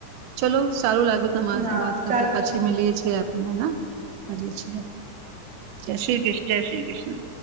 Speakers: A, on the right; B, on the right.
A: ચલો સારું લાગ તમારી
B: હા
A: સાથ વાત કરતે,
B: ચાલુ
A: પછી
B: છે
A: મલીએ છીએ આપને હં. કરીએ છે. જય શ્રી કૃષ્ણ, જય શ્રી કૃષ્ણ.